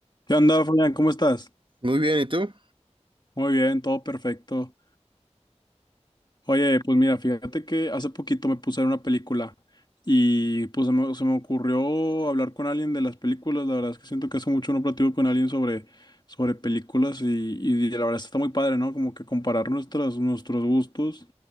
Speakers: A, on the left; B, on the right.
A: ¿Qué onda, Fabián? ¿Cómo estás?
B: Muy bien, ¿y tú?
A: Muy bien, todo perfecto. Oye, pues mira, fíjate que hace poquito me puse a ver una película y pues se me, se me ocurrió hablar con alguien de las películas. La verdad es que siento que hace mucho no platico con alguien sobre, sobre películas y, y la verdad está muy padre, ¿no? Como que comparar nuestras, nuestros gustos